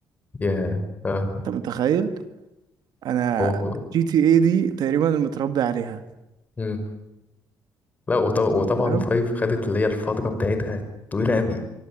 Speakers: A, on the left; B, on the right.
A: يا اه
B: انت متخيل انا
A: هو
B: جي تي اي دي تقريبا متربي عليها
A: مم. لا وط- وطبعا
B: تمام
A: فايف خدت اللي هي الفترة بتاعتها طويلة أوي